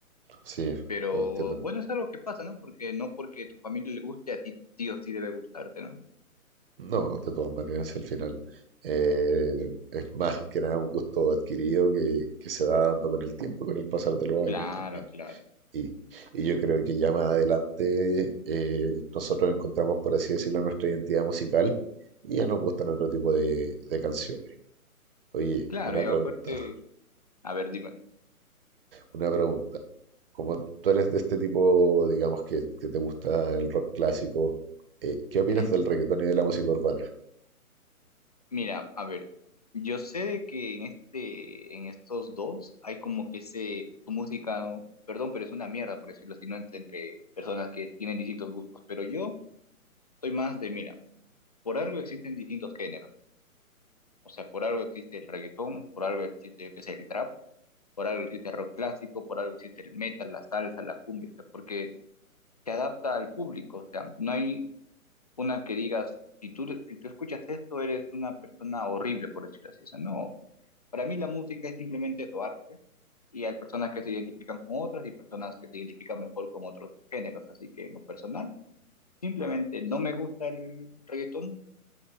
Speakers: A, on the right; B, on the left.
A: Sí,
B: Pero
A: no entiendo
B: bueno, es algo que pasa, ¿no? Porque no porque tu familia le guste, a ti sí o sí debe gustarte, ¿no?
A: No, de todas maneras, si al final eh, es más que nada un gusto adquirido que, que se va dando con el tiempo, con el pasar de los
B: Claro,
A: años también.
B: claro.
A: Y, y yo creo que ya más adelante eh, nosotros encontramos, por así decirlo, nuestra identidad musical y ya nos gustan otro tipo de, de canciones. Oye,
B: Claro,
A: una
B: y
A: pregunta,
B: aparte, a ver, dímelo.
A: una pregunta. Como tú eres de este tipo, digamos, que, que te gusta el rock clásico, eh, ¿qué opinas
B: Ujú.
A: del reggaetón y de la música urbana?
B: Mira, a ver, yo sé de que en este, en estos dos hay como que ese, tu música, ¿no? perdón, pero es una mierda, por decirlo así, no entre, entre personas que tienen distintos gustos, pero yo soy más de, mira, por algo existen distintos géneros, o sea, por algo existe el reggaetón, por algo existe, yo qué sé, el trap, por algo existe el rock clásico, por algo existe el metal, la salsa, la cumbia, o sea, porque se adapta al público, o sea, no hay una que digas, si tú, si tú escuchas esto, eres una persona horrible, por decirlo así. O sea, no, para mí la música es simplemente eso, arte, y hay personas que se identifican con otras y personas que se identifican mejor con otros géneros. Así que en lo personal, simplemente no me gusta el reggaetón,